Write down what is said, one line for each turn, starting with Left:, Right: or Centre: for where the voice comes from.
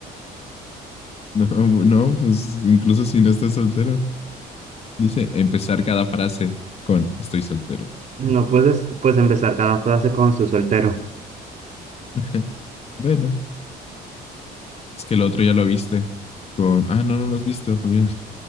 Left: No, bu- no, pues incluso si no estás soltero. Dice empezar cada frase con estoy soltero.
Right: No puedes puedes empezar cada frase con estoy soltero.
Left: <laughs> Bueno, es que el otro ya lo viste. Con, ah, no, no lo has visto. olvida.